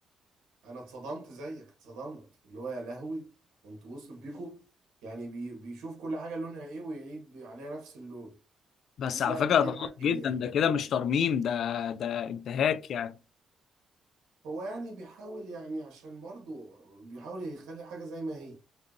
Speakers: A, on the right (about 85°); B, on the left (about 70°).
A: انا اتصدمت زيك اتصدمت اللي هو يا لهوي وانتوا وصل بيكو يعني بي بيشوف كل حاجه لونها ايه ويعيد عليها نفس اللون
B: بس
A: دي
B: على
A: بقى
B: فكره
A: الخدعه
B: ده غلط
A: الكبيره
B: جدا ده كده مش ترميم ده ده انتهاك يعني
A: هو يعني بيحاول يعني عشان برضه بيحاول يخلي حاجة زي ما هي